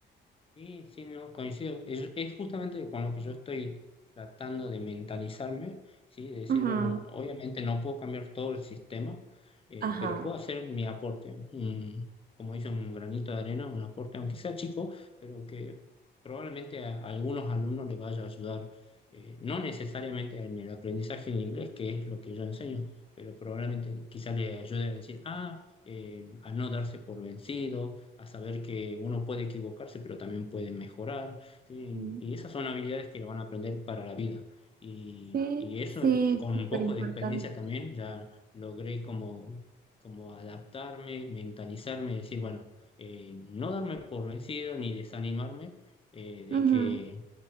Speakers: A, on the left (about 25°); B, on the right (about 50°).
A: y sí, no, coincido. Es, es justamente con lo que yo estoy tratando de mentalizarme, ¿sí? De decir,
B: Ujú,
A: bueno, obviamente no puedo cambiar todo el sistema, eh,
B: Ajá.
A: pero puedo hacer mi aporte. un- como dice, un granito de arena, un aporte, aunque sea chico, pero que probablemente a, a algunos alumnos les vaya a ayudar, eh, no necesariamente en el aprendizaje en inglés, que es lo que yo enseño, pero probablemente quizá le ayude a decir, ah, eh, a no darse por vencido a saber que uno puede equivocarse, pero también puede mejorar, ¿sí?
B: ujú.
A: Y esas son habilidades que lo van a aprender para la vida. Y,
B: Sí,
A: y eso
B: sí,
A: con
B: súper
A: un poco
B: importante.
A: de experiencia también, ya logré como, como adaptarme, mentalizarme, decir, bueno, eh, no darme por vencido ni desanimarme eh, de
B: Ujú,
A: que